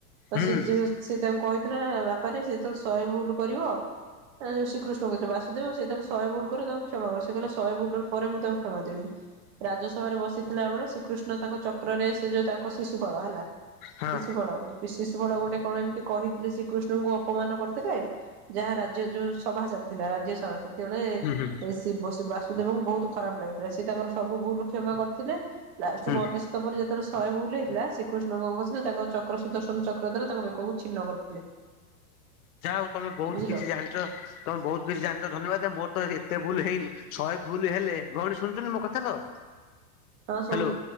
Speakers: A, on the right; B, on the left.
A: ତ
B: ହୁଁ
A: ସେ ଯୋଉ ସେ ତାଙ୍କୁ କହିଥିଲା ବାପାରେ ସେ ଯେତେବେଳେ ଶହେ ଭୁଲ କରିବ, ଯୋଉ ଶ୍ରୀକୃ ଷ୍ଣ କହିଥିଲେ, ବାସୁେଦେବ ସେ ତାକୁ ଶହେ ଭୁଲ କରିବ ତାଙ୍କୁ କ୍ଷମା କରିବ, ସେ କହିଲା ଶହେ ଭୁଲର ପରେ ମୁଁ ତାଙ୍କୁ କ୍ଷମା ଦେବିନି। ରାଜସଭାରେ ବସିଥିଲା ବେଳେ ଶ୍ରୀକୃଷ୍ଣ ତାଙ୍କ ଚକ୍ରରେ ସେ ଯୋଉ ତାଙ୍କ ଶିଶୁପାଳ ହେଲା।
B: ହଁ
A: ଶିଶୁପାଳ ସେ ଶିଶୁପାଳ ଗୋଟେ କଣ ଏମିତି କହିଥିଲେ ଶ୍ରୀକୃଷ୍ଣଙ୍କୁ ଅପମାନ କରିଥିଲେ ଯାହା ରାଜ୍ୟ ଯୋଉ ସଭା ଚାଲ ଥିଲା ରାଜ୍ୟସଭା ସେତେବେଳେ
B: ହୁଁ ହୁଁ
A: <unintelligible> ବାସୁଦେବଙ୍କୁ ବହୁତ ଖରାପ ଲାଗୁଥିଲା। ସେ ତାଙ୍କର ସବୁ ଭୁଲ କ୍ଷମା କରିଥିଲେ, ଲାଷ୍ଟକୁ
B: ହୁଁ
A: ଅନେ ଶତ ପରେ ଯେତେବେଳେ ଶହେ ଭୁଲ ହେଇଥିଲା, ଶ୍ରୀକୃଷ୍ଣଙ୍କ କଣ କରିଥିଲେ ତାଙ୍କ ଚକ୍ର ସୁଦର୍ଶନ ଚକ୍ର ଦ୍ୱାରା ତାଙ୍କ ବେକକୁ ଛିନ୍ନ କରିଥିଲେ।
B: ଯା ହଉ ତମେ ବହୁତ
A: ବୁଝିଲ
B: କିଛି ଜାଣିଛ। ତମେ ବହୁତ କିଛି ଜାଣିଛ ଧନ୍ୟବାଦ, ମୋର ତ ଏତେ ଭୁଲ ହେଇନି। ଶହେ ଭୁଲ ହେଲେ ଭଉଣୀ ଶୁଣୁଚନ୍ତି ମୋ କଥା ତ
A: ହଁ ଶୁ
B: ହାଲୋ